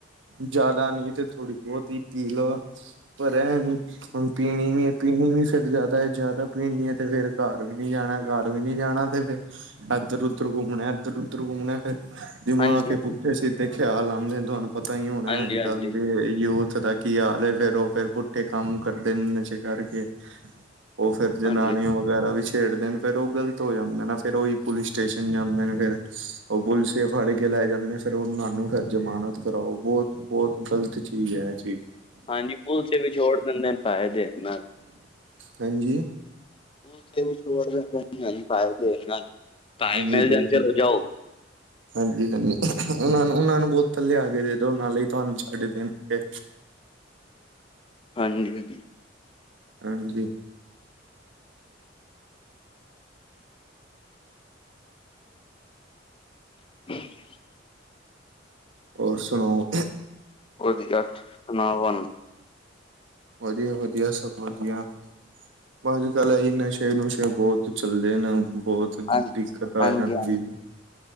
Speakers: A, on the right (about 85°); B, on the left (about 30°).
A: ਜਾਦਾ ਨੀ ਤੇ ਥੋੜੀ ਬੋਤ ਈ ਪੀ ਲੋ ਪਰ ਐ ਨੀ ਹੁਣ ਪੀਣੀ ਵੀ ਪੀਣੀ ਵੀ ਫਿਰ ਜਾਦਾ-ਜਾਦਾ ਪੀਣੀ ਹੈ ਤੇ ਫੇਰ ਘਰ ਵੀ ਨੀ ਜਾਣਾ ਘਰ ਵੀ ਨੀ ਜਾਣਾ। ਤੇ ਫਿਰ ਇੱਧਰ ਉਧਰ ਘੁੰਮਣਾ ਇਧਰ-ਉਧਰ ਘੁੰਮਣਾ ਫਿਰ ਦਿਮਾਗ
B: ਹਾਂਜੀ
A: ਕੇ ਪੱਠੇ-ਸਿੱਧੇ ਖਿਆਲ ਆਂਦੇ ਆ ਤੁਹਾਨੂੰ ਪਤਾ ਈ ਹੋਨਾ
B: ਹਾਂਜੀ,
A: ਅੱਜ
B: ਹਾਂਜੀ,
A: ਕੱਲ ਦੇ ਯੂਥ ਥ ਦਾ ਕੀ ਹਾਲ ਹੈ ਫਿਰ ਓ ਪੁੱਠੇ ਕੰਮ ਕਰਦੇ ਨੇ ਨਸ਼ੇ ਕਰਕੇ ਓ ਫਿਰ ਜਨਾਨੀਆਂ
B: ਹਾਂਜੀ,
A: ਵੱਲ ਵਗੈਰਾ ਵੀ ਛੇੜਦੇ ਨੇ ਫੇਰ ਓ ਗਲਤ ਹੋ ਜਾਂਦੇ ਨਾ ਫਿਰ ਓਈ ਪੁਲਿਸ ਸਟੇਸ਼ਨ ਜਾਂਦੇ ਨੇ ਫਿਰ ਓ ਪੁਲਿਸ ਫੜ ਕੇ ਲੈ ਜਾਂਦੇ ਫਿਰ ਉਨਾਂ ਨੂੰ ਫਿਰ ਜ਼ਮਾਨਤ ਕਰਾਓ ਬੋਤ ਬੋਤ ਗ਼ਲਤ ਚੀਜ਼ ਐ-ਐ ਚੀਜ਼।
B: ਹਾਂਜੀ ਪੁਲਸੀਏ ਵੀ ਛੋੜ ਦਿੰਦੇ ਨੇ ਫਾਇਦੇ <unintelligible>
A: ਹਾਂਜੀ।
B: ਪੁਲਸੀਏ ਵੀ ਛੋੜ ਦਿੰਦੇ ਨੇ <unintelligible>
A: ਹਾਂਜੀ
B: ਮਿਲ
A: ਬਿਲਕੁਲ।
B: ਜਾਣ ਚਲੋ ਜਾਓ,
A: ਹਾਂਜੀ-ਹਾਂਜੀ ਉਨਾਂ ਨੂੰ ਉਨਾਂ ਨੂੰ ਬੋਤਲ ਲਿਆ ਕੇ ਦੇ ਦੋ ਨਾਲੇ ਈ ਤੁਹਾਨੂੰ ਛੱਡ ਦੇਣਗੇ।
B: ਹਾਂਜੀ-ਹਾਂਜੀ।
A: ਹਾਂਜੀ।
B: <inaudible>
A: ਓਰ ਸੁਣਾਓ?
B: ਵਧੀਆ <unintelligible>
A: ਵਧੀਆ-ਵਧੀਆ ਸਭ ਵਧੀਆ। ਭਾਅਜੀ ਗੱਲ ਐ ਨਸ਼ੇ-ਨੁਸ਼ੇ ਬੋਤ ਚੱਲਦੇ ਨੇ ਬੋ ਡ ਦਿੱਕਤ
B: ਹਾਂਜੀ,
A: ਆ
B: ਹਾਂਜੀ,
A: ਜਾਂਦੀ
B: ਹਾਂਜੀ,